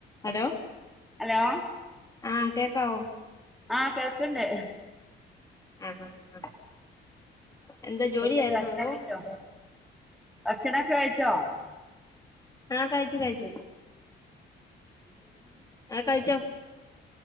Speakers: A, on the left; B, in the centre.
A: Hello
B: hello
A: ആഹ് കേക്കാവോ?
B: ആഹ് കേൾക്കിണ്ട്.
A: ആഹ ആഹ്. എന്താ ജോലിയായിരുന്നോ
B: ന്തെക്കെണ്ട് ഭക്ഷണം
A: അതോ
B: കഴിച്ചോ ഭക്ഷണം ഒക്കെ കഴിച്ചോ?
A: ആഹ് കഴിച്ചു കഴിച്ചു.
B: എന്തൊക്കെയാണ്?
A: ആഹ് കഴിച്ചോ